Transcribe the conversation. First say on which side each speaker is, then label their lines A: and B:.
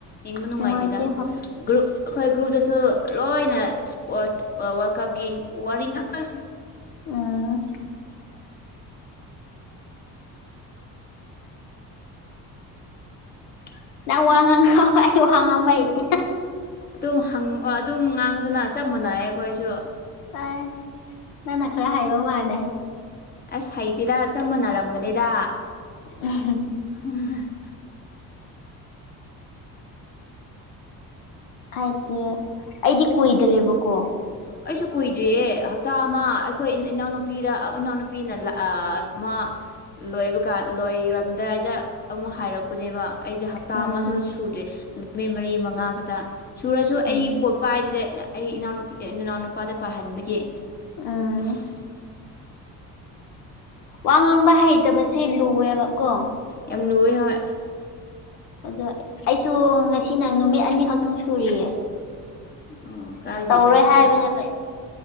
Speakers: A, on the left; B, on the left.
A: ꯌꯦꯡꯕ ꯅꯨꯡꯉꯥꯏꯇꯦꯗ
B: ꯅꯨꯡꯉꯥꯏꯇꯦ ꯍꯣꯏ
A: ꯒ꯭ꯔꯨꯞ ꯑꯩꯈꯣꯏ ꯒ꯭ꯔꯨꯞꯇꯁꯨ ꯂꯣꯏꯅ ꯏꯁꯄꯣꯔꯠ ꯋꯥꯔꯜ ꯀꯞꯀꯤ ꯋꯥꯔꯤ ꯉꯥꯛꯇꯪ
B: ꯎꯝ
A: <inaudible>
B: ꯅ ꯋꯥꯉꯪ ꯋꯥꯉꯝꯕ ꯑꯇ
A: ꯑꯗꯨꯝ ꯍꯪ ꯑꯗꯨꯝ ꯉꯥꯡꯗꯅ ꯆꯞ ꯃꯥꯟꯅꯩꯌꯦ ꯑꯩꯈꯣꯏꯁꯨ
B: ꯑ ꯅꯅꯥ ꯅ ꯈꯔ ꯍꯥꯏꯩꯕ ꯃꯥꯅꯦ
A: ꯑꯁ ꯍꯩꯇꯦꯗ ꯆꯞ ꯃꯥꯟꯅꯔꯝꯒꯅꯦꯗ
B: ꯎ ꯍꯨꯝ
A: ꯎꯝ
B: ꯍꯥꯏꯗꯤ ꯑꯩꯗꯤ ꯀꯨꯏꯗ꯭ꯔꯦꯕꯀꯣ
A: ꯑꯩꯁꯨ ꯀꯨꯏꯗ꯭ꯔꯤꯌꯦ ꯍꯞꯇꯥ ꯑꯃ ꯑꯩꯈꯣꯏ ꯏꯅꯥꯎꯅꯨꯄꯤꯗ ꯏꯅꯥꯎꯅꯨꯄꯤꯅ ꯃꯥ ꯂꯣꯏꯕ ꯀꯥꯟ ꯂꯣꯏꯔꯝꯗꯥꯏꯗ ꯑꯃꯨꯛ ꯍꯥꯏꯔꯛꯄꯅꯦꯕ ꯑꯩꯗꯤ ꯍꯞꯇꯥ
B: ꯎꯝ
A: ꯑꯃꯁꯨ ꯁꯨꯗ꯭ꯔꯦ ꯅꯨꯃꯤꯠ ꯃꯔꯤ ꯃꯉꯥ ꯈꯛꯇ ꯁꯨꯔꯁꯨ
B: ꯎꯝ
A: ꯑꯩ ꯄꯥꯏꯗꯨꯗ ꯑꯩ ꯏꯅꯥꯎꯅꯨꯄꯤ ꯏꯅꯥꯎꯅ ꯅꯨꯄꯥꯗ ꯄꯥꯍꯟꯕꯒꯤ
B: ꯎꯝ
A: ꯑꯁ
B: ꯋꯥ ꯉꯥꯡꯕ ꯍꯩꯇꯕꯁꯦ ꯂꯨꯑꯦꯕ ꯀꯣ
A: ꯌꯥꯝ ꯂꯨꯏꯋꯦ ꯍꯣꯏ
B: ꯑꯗꯣ ꯑꯩꯁꯨ ꯉꯁꯤꯅ ꯅꯨꯃꯤꯠ ꯑꯅꯤ ꯈꯛꯇꯪ ꯁꯨꯔꯤꯌꯦ
A: ꯑꯣ ꯀꯥꯏꯗꯦꯗ
B: ꯇꯧꯔꯣꯏ
A: ꯑꯗꯨꯁꯨ
B: ꯍꯥꯏꯕꯅꯦꯕ